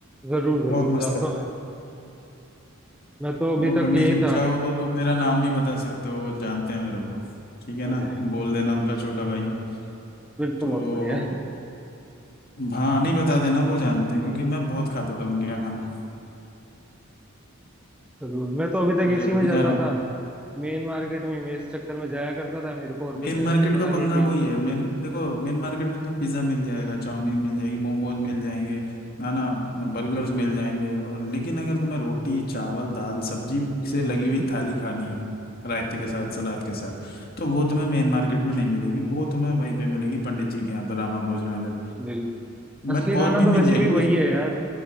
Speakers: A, in the centre; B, on the left.
A: जरूर जरूर
B: बहुत
A: जाता
B: मस्त है
A: हूँ मैं मैं तो अभी
B: वो
A: तक
B: पंडित
A: यही
B: जी को चाहो
A: था
B: तो तुम मेरा नाम भी बता सकते हो वो जानते हैं मेरे को ठीक है
A: अरे
B: ना बोल देना उनका छोटा भाई हूँ
A: फिर तो
B: तो
A: बहुत बढ़िया है।
B: हाँ नहीं बता देना वो जानते हैं क्योंकि मैं बहुत खाता था उनके यहाँ खाना
A: जरूर मैं तो अभी तक
B: तो
A: इसी
B: जब
A: में
B: भी
A: जाता
B: जाना तो।
A: था मेन मार्केट में मैं इस चक्कर में जाया करता था मेरे को और कोई
B: मेन
A: जगह
B: मार्केट
A: तो पता
B: का पंगा
A: नहीं थी
B: वही है मेन देखो मेन मार्केट में तुम्हें पिज्ज़ा मिल जाएगा चाउमीन मिल जाएगी मोमोज मिल जाएंगे है ना बर्गर्स मिल जाएंगे और लेकिन अगर तुम्हें रोटी चावल दाल सब्जी
A: हम्म
B: से लगी
A: हम्म
B: हुई थाली खानी है रायते के साथ सलाद के साथ तो वो तुम्हें मेन मार्केट में नहीं मिलेगी वो तुम्हें वहीं पे मिलेगी पंडित जी के यहाँ पे रामा भोजनालय
A: बिल्कुल असली
B: मन और
A: खाना
B: भी मिल
A: तो वैसे
B: जाएंगी
A: भी वही
B: उस
A: है यार